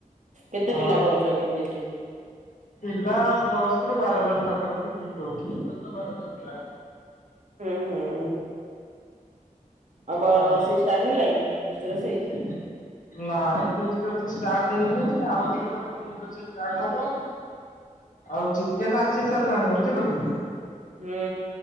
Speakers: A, on the right (about 60°); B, on the left (about 65°).
A: କେତେ
B: ହଁ
A: ପିଲା କରୁଛକି ଫିଷ୍ଟ୍?
B: ପିଲା ଦଶ ରୁ ବାର ଜଣ ପାଖାପାଖି ଠିକ୍ ରହୁଛି। ଦଶ ବାର ଜଣ ପିଲା।
A: ହୁଁ ହୁଁ ଆଉ
B: ହଁ
A: ବ ରୋଷେଇ
B: ନାଇଁ
A: ଷ୍ଟାର୍ଟ ହେଲାଣି ଫିଷ୍ଟ ରୋଷେଇ?
B: ଫିଷ୍ଟ୍ ଷ୍ଟାର୍ଟ ହେଇନି ଆଉ ଟିକେ ପରେ ଫିଷ୍ଟ୍ ରୋଷେଇ ଷ୍ଟାର୍ଟ ହବ ଆଉ ଚିକେନ୍ ଆ ଆସିସାରିଲାଣି ବୁଝିଲୁ କି
A: ହୁଁ